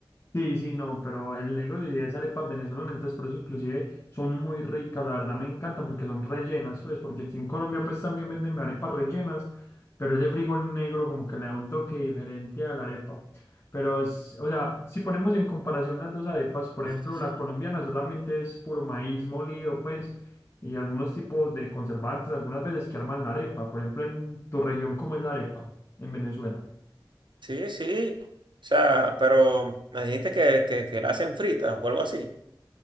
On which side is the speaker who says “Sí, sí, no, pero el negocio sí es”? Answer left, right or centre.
Left